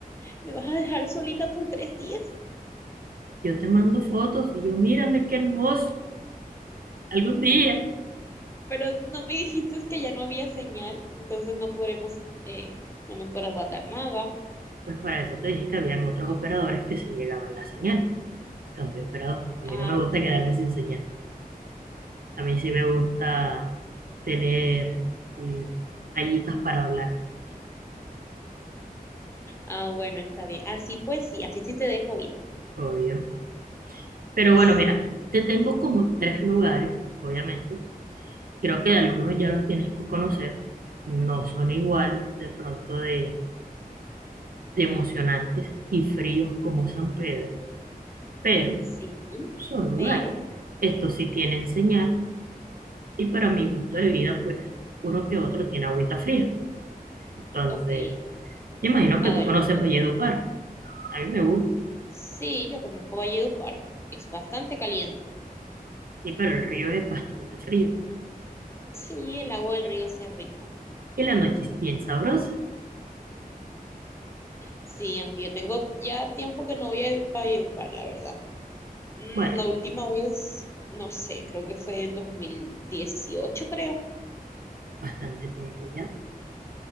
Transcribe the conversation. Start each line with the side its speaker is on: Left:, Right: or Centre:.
Left: ¿Me vas a dejar solita por tres días?
Right: Yo te mando fotos y yo, mírame qué hermoso, algún día.
Left: Pero no me dijiste que ya no había señal, entonces no podremos, eh, no me podrás mandar nada.
Right: Pues para eso te dije que habían otros operadores que sí llegaban la señal. Cambié operador. A
Left: Ah,
Right: mí no me
Left: ok.
Right: gusta quedarme sin señal. A mí sí me gusta tener mm, rayitas para hablar,
Left: Ah, bueno, está bien. Así pues sí, así sí te dejo ir.
Right: obvio. Pero
Left: Sí,
Right: bueno, mira, te tengo como tres lugares, obviamente. Creo que algunos ya los tienes que conocer. No son igual de pronto de, de emocionantes y fríos como San Pedro, pero
Left: sí,
Right: son lugares.
Left: pero,
Right: Estos sí tienen señal Y para mi gusto de vida, pues uno que otro tiene agüita fría. Entonces,
Left: ok.
Right: me imagino
Left: A
Right: que tú
Left: ver,
Right: conoces
Left: comienza.
Right: Valledupar. A mí me gusta.
Left: Sí, yo conozco Valledupar. Es bastante caliente.
Right: Sí, pero el río es bastante frío.
Left: Sí, el agua del río sí es rica.
Right: Y la noche es bien sabrosa.
Left: Sí, aunque yo tengo ya tiempo que no voy a Valledupar, la verdad. Mm,
Right: Bueno,
Left: la última vez, no sé, creo que fue 2018, creo.
Right: bastante tiempo ya.